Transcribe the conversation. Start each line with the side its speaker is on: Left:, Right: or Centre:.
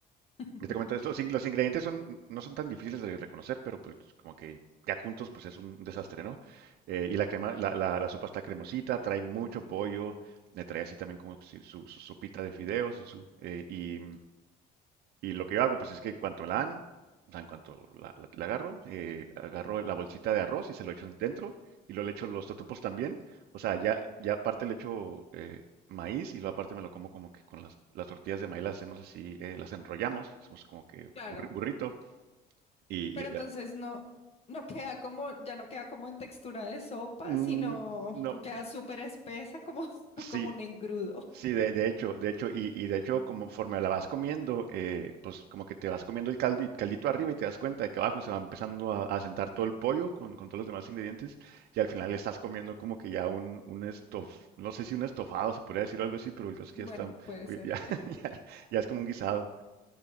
Left: <laughs>
Right: ya te comenté esto, sin- los ingredientes son, no son tan difíciles de reconocer, pero pues como que ya juntos pues es un desastre, ¿no? Eh, y la crema, la, la- la sopa está cremosita, trae mucho pollo, le trae así también como si su, su sopita de fideos y su eh, y, y lo que yo hago, pues es que en cuanto la dan, o sea, en cuanto la, la- la agarro, eh, agarro la bolsita de arroz y se lo echo dentro y lo le echo los totopos también. O sea, ya, ya aparte le echo eh, maíz y luego aparte me lo como como que con las, las tortillas de maíz las hacemos así, eh, las enrollamos, hacemos como que
Left: Claro.
Right: burri- burrito y,
Left: Pero
Right: y- y-
Left: entonces no, no queda como, ya no queda como en textura de sopa,
Right: mm,
Left: sino
Right: no,
Left: <laughs> queda súper espesa, como, <laughs>
Right: sí,
Left: como un engrudo.
Right: Sí, de, de hecho, de hecho, y, y de hecho, como- conforme la vas comiendo, eh, pues como que te vas comiendo el caldo, el caldito arriba y te das cuenta de que abajo se va empezando a, a sentar todo el pollo con, con todos los demás ingredientes y al final estás comiendo como que ya un, un estof, no sé si un estofado se podría decir o algo así, pero el caso es que
Left: Bueno,
Right: ya está,
Left: puede
Right: pues,
Left: ser.
Right: ya, <laughs> ya- ya es como un guisado.